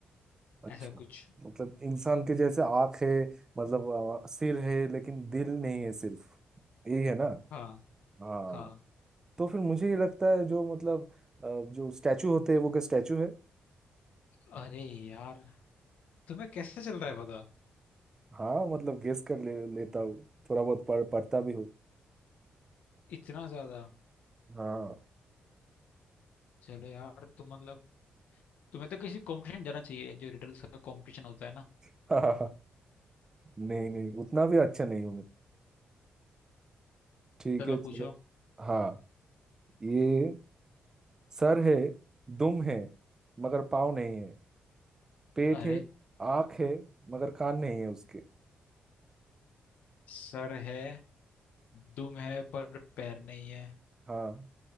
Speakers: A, on the right; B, on the left.
A: अच्छा
B: ऐसा कुछ
A: मतलब इंसान के जैसे आंख है मतलब आ, सिर है लेकिन दिल नहीं है सिर्फ यही है ना
B: हाँ
A: हाँ
B: हाँ
A: तो फिर मुझे ये लगता है जो मतलब अ, जो स्टैचू होते हैं वो क्या स्टैचू है
B: अरे यार तुम्हें कैसे चल रहा है पता
A: हाँ मतलब गेस कर ले, लेता हूँ थोड़ा बहुत पढ़ पढ़ता भी हूँ
B: इतना ज्यादा
A: हाँ
B: चलो यार तुम मतलब तुम्हें तो किसी कंपटीशन जाना चाहिए जो रिडल्स का कंपटीशन होता है ना
A: <laughs> नहीं नहीं उतना भी अच्छा नहीं हूँ मैं। ठीक
B: चलो
A: है चलो
B: पूछो
A: हाँ ये सर है दुम है मगर पाँव नहीं है पेट
B: अरे
A: है आँख है मगर कान नहीं है उसके
B: सर है दुम है पर पैर नहीं है
A: हाँ